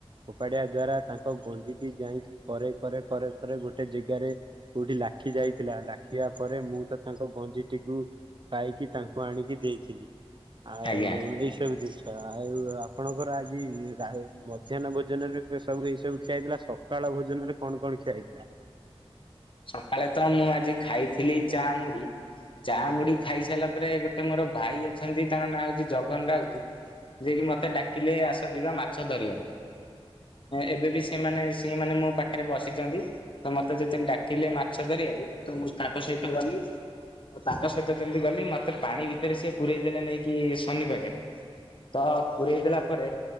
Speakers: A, on the right; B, on the left.
A: ଫୋପାଡିବା ଦ୍ଵାରା ତା ତ ଗଞ୍ଜିଟି ଯାଇକି କରେ -କରେ- କରେ- କରେ ଗୋଟେ ଜେଗାରେ କୋଉଠି ଲାଖି ଯାଇଥିଲା ଲାଖିବା ପରେ ମୁଁ ତ ତାଙ୍କ ଭଞ୍ଜିଟିକୁ ପାଇକି ତାଙ୍କୁ ଆଣିକି ଦେଇଥିଲି। ଆଉ
B: ଆଜ୍ଞା
A: ଏଇ ସବୁ ଜିନିଷ ଆଉ ଆପଣଙ୍କର ଆଜ ମଧ୍ୟାହ୍ନ ଭୋଜନରେ ସବୁ ଏଇ ସବୁ ଖିଆ ହେଇଥିଲା, ସକାଳ ଭୋଜନରେ କଣ କଣ ଖିଆ ହେଇଥିଲା।
B: ସକାଳେ ତ ମୁଁ ଆଜି ଖାଇଥିଲି ଚା, ମୁଢି। ଚା ମୁଡି ଖାଇସାରିଲା ପରେ ଗୋଟେ ମୋର ଭାଇ ଅଛନ୍ତି ତାଙ୍କ ନାଁ ହୋଉଛି ଜଗନ ରାଉତ୍ ଯିଏକି ମତେ ଡାକିଲେ ଆସ ଯିବା ମାଛ ଧରିବାକୁ। ଏବେ ବି ସେମାନେ ସିମାନେ ମୋ ପାଖରେ ବସିଛନ୍ତି। ତ ମତେ ଯେତେ ଡା ଡାକିଲେ ମାଛ ଧରିଆ ତ ମୁଁ ତାଙ୍କ ସହିତ ଗଲି। ତାଙ୍କ ସହିତ ଯେମିତି ଗଲି ମତେ ପାଣି ଭିତରେ ସିଏ ପୁରେଇ ଦେଲେ ନେଇକି ଶନି ପାଖରେ। ତ ପୁରରେଇ ଦେଲା ପରେ।